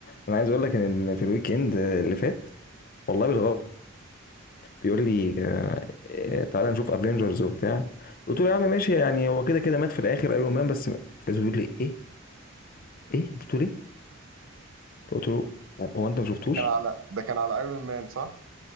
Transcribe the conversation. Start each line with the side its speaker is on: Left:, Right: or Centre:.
Left: انا عايز اقول لك ان إن في الويك اند اللي فات والله بالغلط بيقول لي إيه، تعالى نشوف افنجرز وبتاع قلت له يا عم ماشي يعني هو كده كده مات في الاخر ايرون مان بس فايز بيقول لي ايه ايه انت بتقول ايه فقلت له هو انت ما شفتوش
Right: ده كان على ده كان على ايرون مان صح